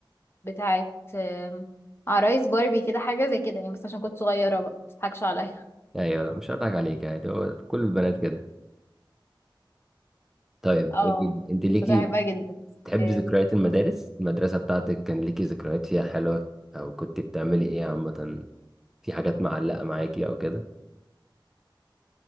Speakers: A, on the left; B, in the centre.
A: بتاعت آم، عرايس باربي كده حاجة زي كده يعني بس عشان كنت صغيرة بقى متضحكش عليا
B: أيوه لا مش هضحك عليك يعني هو كل البنات كده طيب
A: اه
B: قولي لي أنت ليكي
A: كنت بحبها جدا
B: تحبي
A: آم،
B: ذكريات المدارس المدرسة بتاعتك كان ليكي ذكريات فيها حلوة أو كنت بتعملي إيه عامة في حاجات معلقة معاكي أو كده